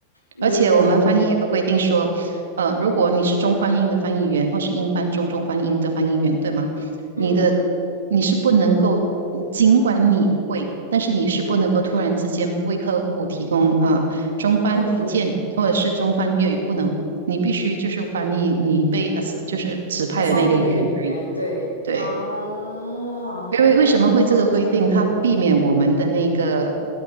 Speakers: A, on the left; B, on the right.
A: 嗯而且嗯
B: 而且我们翻译有个规定说，呃，如果你是中翻英的翻译员，或是英翻中、中翻英的翻译员，对吗？你的
A: 嗯，
B: 你是不能够，尽管你会，但是你是不能够突然之间为客户提供啊、中翻福建或者是中翻粤语，
A: 更多的
B: 不能，你必须就是翻译你被 a s 就是指派的那个语言而已。
A: assign 的那个语言，对啊，
B: 对，因为为什么会这个规定？
A: 人为什么会做
B: 它避免我们的那个